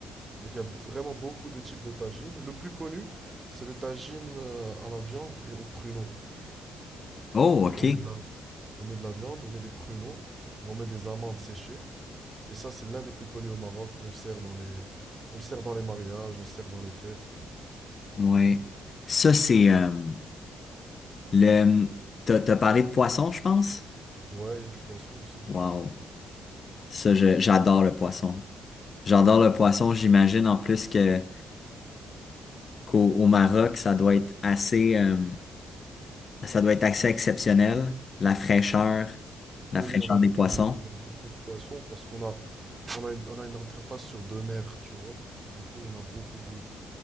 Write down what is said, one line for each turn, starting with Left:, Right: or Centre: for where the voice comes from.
Right: Donc il y a vraiment beaucoup de types de tagines. Le plus connu, c'est le tagine euh, à la viande et aux pruneaux.
Left: Oh, OK.
Right: On met de la, on met de la viande, on met des pruneaux, et on met des amandes séchées. Et ça, c'est l'un des plus connus au Maroc qu'on sert dans les, on le sert dans les mariages, on le sert dans les fêtes.
Left: Ouais. Ça, c'est, euh, le, t'as, t'as parlé de poisson, je pense?
Right: Ouais, il y a du poisson aussi.
Left: Wow. Ça, je- j'adore le poisson. J'adore le poisson. J'imagine en plus que, qu'au au Maroc, ça doit être assez, euh, ça doit être assez exceptionnel, la fraîcheur, la
Right: Oui,
Left: fraîcheur
Right: on a beaucoup,
Left: des poissons.
Right: on a beaucoup de poissons parce qu'on a, on a une, on a une interface sur deux mers, tu vois. Du coup, on a beaucoup de,